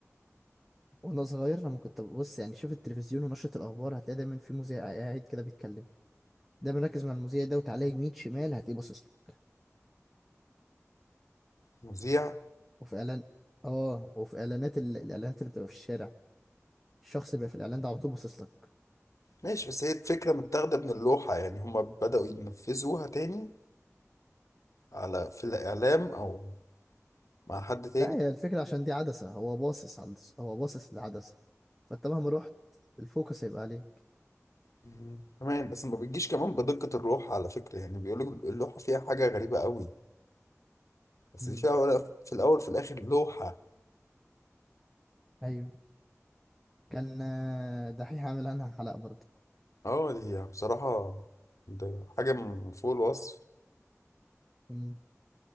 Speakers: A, in the centre; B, on the left (about 75°).
A: وانا صغير لما كنت ببص يعني شوف التلفزيون ونشره الاخبار هتلاقي دايما في مذيع قاعد كده بيتكلم دايما ركز مع المذيع ده وتعالى يمين شمال هتلاقيه باصص لك
B: مذيع
A: وفي اعلان اه وفي اعلانات ال... الاعلانات اللي بتبقى في الشارع الشخص اللي بيبقى في الاعلان ده على طول باصص لك
B: ماشي بس هي الفكره متاخده من اللوحه يعني هما بداوا ينفذوها تاني على في الاعلام او مع حد تاني
A: لا هي الفكرة عشان دي عدسة هو باصص على هو باصص للعدسة فانت مهما رحت الفوكس هيبقى عليك
B: مم. كمان بس ما بتجيش كمان بدقه اللوحه على فكره يعني بيقولوا اللوحه فيها حاجه غريبه قوي بس
A: امم
B: دي في الاول في الاول في الاخر لوحه
A: ايوه كان آه، دحيح عامل عنها حلقة برضه
B: اه دي هي بصراحة ده حاجة من فوق الوصف
A: امم